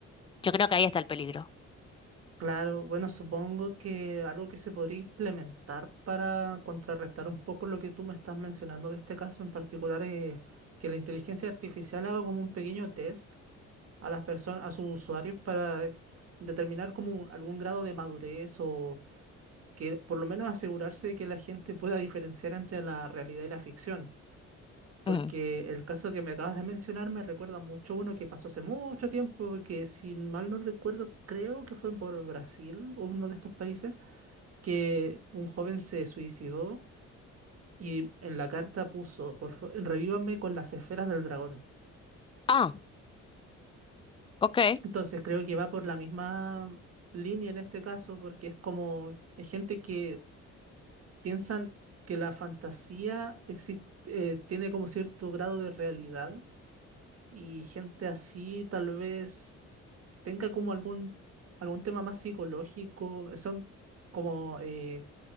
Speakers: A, on the left; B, on the right.
A: Yo creo que ahí está el peligro.
B: Claro. Bueno, supongo que algo que se podría implementar para contrarrestar un poco lo que tú me estás mencionando de este caso en particular es que la inteligencia artificial haga como un pequeño test a las personas, a sus usuarios para determinar como un- algún grado de madurez o que por lo menos asegurarse de que la gente pueda diferenciar entre la realidad y la ficción. Porque
A: Mm.
B: el caso que me acabas de mencionar me recuerda mucho uno que pasó hace mucho tiempo, que si mal no recuerdo, creo que fue por Brasil o uno de estos países, que un joven se suicidó y en la carta puso, por fa- revívame con las esferas del dragón.
A: Ah, ok.
B: Entonces creo que va por la misma línea en este caso, porque es como es gente que piensan que la fantasía existe, tiene como cierto grado de realidad y gente así tal vez tenga como algún, algún tema más psicológico, eh, son como eh,